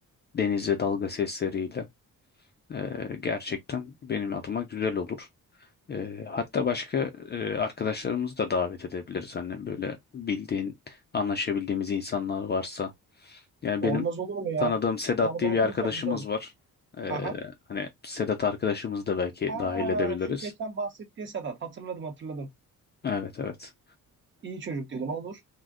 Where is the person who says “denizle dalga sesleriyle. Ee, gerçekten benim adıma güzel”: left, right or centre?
Left